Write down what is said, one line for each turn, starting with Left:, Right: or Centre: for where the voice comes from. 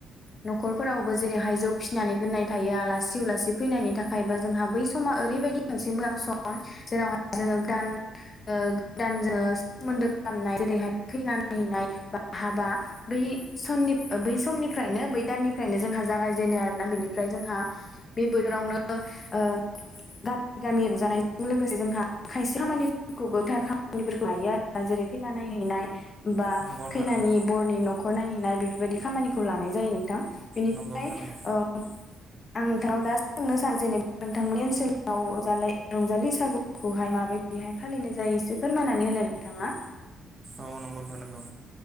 Left: न'खरफोरावबो जेरैहाय जौ फिसिनानै दोननाय थायो आलासि उलासि फैनायनि था थाखायबा जोंहा बै समा ओरैबायदि मोनसे मोजां सम जेरावहाय जोङो गान ओ गोदान जोङो सोमोन्दो खालामनाय जेरैहाय खैना नायहैनाय बा हाबा बै सननि बै समनिफ्रायनो बै दाननिफ्रायनो जोंहा जागायजेनो आरोना। बेनिफ्राय जोंहा बे बोथोरावनो ओ गामि गामि रंजानाय लोगोसे जोंहा खायसे खामानिफोरखौबो थार खामानिफोरखौ लायो आरो जेरै खैना नायहैनाय। बा
Right: नंगौ नोंथां
Left: खैनानि
Right: नंगौ
Left: बरनि न'खर नायहैनाय बेफोरबायदि खामानिखौ लानाय जायो नोंथां। बेनिफ्राय
Right: नंगौ नोंथां नंगौ
Left: ओ आं नोंथांनाव दा सोंनो सानदों जेनेबा नोंथांनि ओनसोलाव ओजालाय रंजालि बैसागुखौहाय माबायदिहाय फालिनाय जायो एसे फोरमायनानै होलाय नोंथाङा।
Right: औ नंगौ नोंथां नंगौ।